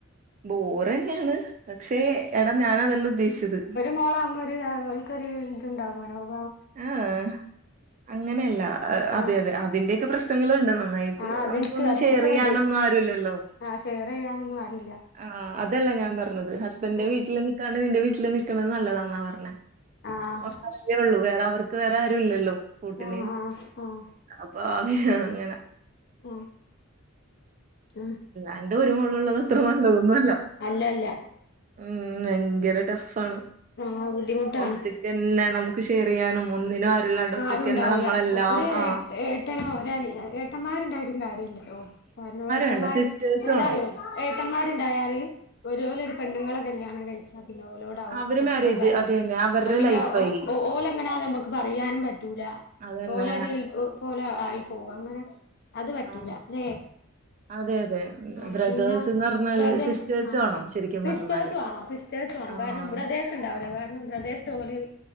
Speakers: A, on the right; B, on the left.
A: ബോറെന്നെയാണ് പക്ഷേ എടാ ഞാൻ അതെല്ലാ ഉദ്ദേശിച്ചത്.
B: മോളാവുമ്പം ത് ആഹ് ഓൽക്കൊര് ഇത്ണ്ടാവും <unintelligible>
A: എ ഏഹ് അങ്ങനെയല്ല അതെ
B: ആഹ്
A: അതെ അതിന്റെയൊക്കെ പ്രശ്നങ്ങളുണ്ട് നമ്മ ന്നായ്ട്ട്
B: ആഹ് അതെനിക്ക്
A: നമുക്കൊന്ന്
B: അതെനിക്കും
A: ഷെയറെയ്യാനൊന്നും
B: ഉണ്ട്
A: ആരുല്ലല്ലോ.
B: ആഹ് ഷെയറെയ്യാനൊന്നും ആരുല്ല.
A: ആഹ് അതല്ല ഞാൻ പറഞ്ഞത് ഹസ്ബന്റെ
B: ആഹ്
A: വീട്ടില്ന്നിക്കാണ്ട് ന്നിന്റെ വീട്ടില് നിക് ക്ക്ണത് ന്നല്ലതാന്നാ പർണേ
B: ആഹ്
A: ഒരാളല്ലെ ഒള്ളൂ വേറെ അവർക്ക് വേറെ ആരുല്ലല്ലോ. കൂട്ടിന്
B: ആഹ് ആഹ്
A: അപ്പൊ അവര് ഇങ്ങനെ
B: ഉം ഉം
A: അന്റെ ഒരുമോള് ള്ളത് ഇത്ര നല്ലതൊന്നു അല്ല.
B: അല്ല അല്ല
A: ഉം ഭയങ്കര ടഫാണ്
B: ആഹ് ബുദ്ധിമു ട്ടാണ്
A: ഒറ്റക്കന്നെ നമുക്ക് ഷെയർ ചെയ്യാനും ഒന്നിനും ആരുല്ലാണ്ട് ഒറ്റക്കന്നെ
B: ആരും ഉണ്ടാവുല്ല
A: നമ്മളെല്ലാം
B: ഒരു
A: ആ
B: എട്ട് ട്ടനോ ഒര് അനിയ ഏട്ടന്മാരുണ്ടായിട്ടും കാര്യല്ലല്ലോ കാരണം ഏട്ടന്മാര്
A: വേണ്ട സിസ്റ്റേഴ്സ്
B: എന്താറിയോ
A: വേണം
B: ഏട്ടന്മാരുണ്ടായാല് ഒര് ഓലൊരു പെണ്ണുങ്ങളെ കല്യാണം കഴിച്ചാ പിന്നെ ഓലോ ടാവും
A: അവര്
B: അടുപവും
A: മാരേജ്
B: കാര്യവും
A: അത് തന്നെ അവരുടെ
B: പിന്നെ
A: ലൈഫായി
B: ഓല് എങ്ങന നമുക്ക് പറയാനും പറ്റൂല
A: അതന്നെ
B: ഓലതിൽ പോലെ ആയി പോവും അങ്ങനെ അത് പറ്റൂല
A: ആ
B: ല്ലേ
A: അതെ അതെ
B: ആഹ്
A: ബ്രദേഴ്സ്ന്ന്
B: പിന്നെ
A: പറഞ്ഞാല്
B: വതെ
A: സിസ്റ്റേഴ്സ്
B: ആ
A: വേണം ശരിക്കും
B: സിസ്റ്റെസ്
A: പറഞ്ഞാല്
B: വാണം സിസ് സ്റ്റേഴ്സ് വാണം
A: ആ
B: കാരണം ബ്രദേഴ്സ് ഉണ്ടാവില്ല കാരണം ബ്രദേഴ്സ് ഓല്